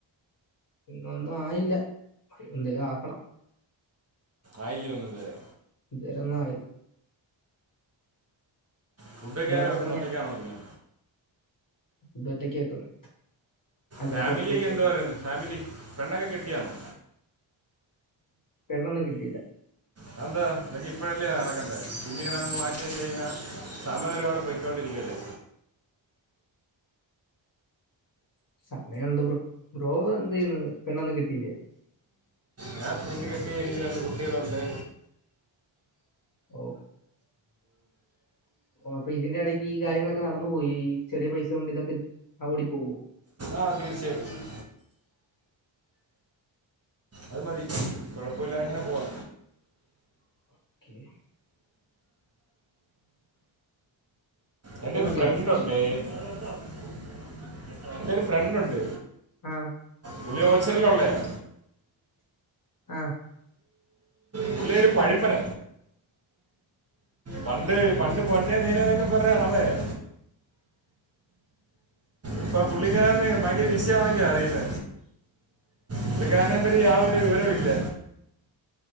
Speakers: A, on the left (about 40°); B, on the right (about 30°).
A: ഇന്നൊന്നു ആയില്ല എന്തേലും ആക്കണം
B: ആയ്ല്യോ ഒന്നും ഇതുവരെ
A: ഇത് വരെഒന്നും ആയില്ല
B: ഫുഡൊക്കെ
A: ഇവിടെ
B: ആരാ
A: പത്ത്
B: വെക്കുന്നെ ഒറ്റക്കാണോ വെക്കുന്നെ
A: ഫുഡ്ഡൊറ്റക്കാ വെക്കുന്നേ അല്ലേ
B: ഫാമിലിയൊക്കെ
A: പൊറത്ത് പോയി കഴിക്കും
B: എന്തോ പറയുന്നു ഫാമിലി പെണ്ണൊക്കെ കെട്ടിയാണോ
A: പെണ്ണൊന്നും കെട്ടിയില്ല
B: അതെന്താ അതൊക്കെ ഇപ്പഴല്ലേ നടക്കണ്ടെ പിന്നീടങ്ങ് മാറ്റി വെച്ചഴിഞ്ഞാ സമയൊര്പാട് പൊയ്ക്കൊണ്ടിരിക്കുവല്ലേ
A: സമയവൊണ്ട് ബ്രോ ബ്രോ എന്ത് ചെയ്യുന്ന് പെണ്ണൊന്നും കെട്ടിയില്ലേ
B: ഞാൻ പെണ്ണ് കെട്ടി എനിക്ക് രണ്ട് കുട്ടികളുണ്ട്
A: ഓഹ് ഓ അപ്പൊ ഇതിന്റെ എടക്ക് ഈ കാര്യങ്ങളൊക്കെ നടന്നു പോയി ഈ ചെറിയ പൈസ കൊണ്ട് ഇതൊക്കെ ഓടി പോകോ
B: ആഹ് തീർച്ചയായിട്ടും അത് മതി കൊഴപ്പമില്ലാതെ ഇങ്ങനെ പോവാ
A: ഓക്കെ
B: എന്റെ
A: അത്
B: ഒരു
A: മതി
B: ഫ്രണ്ട്
A: അപ്പം.
B: ഉണ്ടേഎന്റെ ഒരു ഫ്രണ്ട് ഉണ്ട്
A: ആഹ്
B: പുള്ളി ഓച്ചറലള്ളയോ
A: ആഹ്
B: പുഉള്ളിയൊരു പഴുപ്പന പണ്ട് പണ്ട് പൊന്നെ ത്തേനേ ന്നൊക്കെപറഞ്ഞു നടന്നയാ ഇപ്പൊ പുള്ളിക്കാരന് ഭയങ്കര വിഷയാന്നൊക്കെ അറിയുന്ന പുള്ളിക്കാരനെ പറ്റി യാതൊരു വിവരോം ഇല്ല